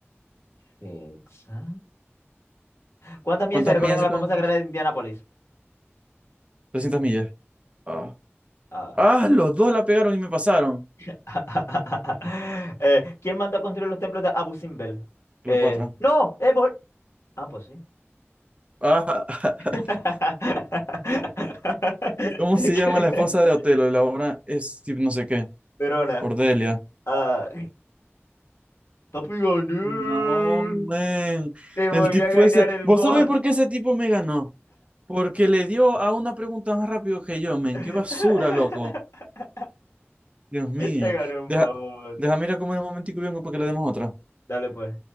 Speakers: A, on the left; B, on the right.
A: Hexa. ¿Cuántas millas
B: ¿Cuántas
A: se recorren
B: millas
A: a
B: se
A: la
B: quedan?
A: famosa carrera de Indianápolis?
B: 300 millas. Ah.
A: Ah.
B: Ah, los dos la pegaron y me pasaron.
A: <laughs> Eh, ¿quién mandó a construir los templos de Abu Simbel?
B: Cleopatra.
A: Eh, no, eh, vos- Ah, pues sí.
B: Ah, <laughs>
A: <laughs>
B: ¿cómo se llama la esposa de Otelo? Y la obra es tipo no sé qué.
A: Verona,
B: Cordelia.
A: ah, papi gané.
B: No, man.
A: Te volví
B: El tipo
A: a ganar
B: ese.
A: el
B: ¿Vos
A: bot.
B: sabés por qué ese tipo me ganó? Porque le dio a una pregunta más rápido que yo, men.
A: <laughs>
B: Qué basura, loco. Dios mío.
A: Te ganó un
B: Deja,
A: bot.
B: deja, mira comer un momentico y vengo para que le demos otra.
A: Dale pues.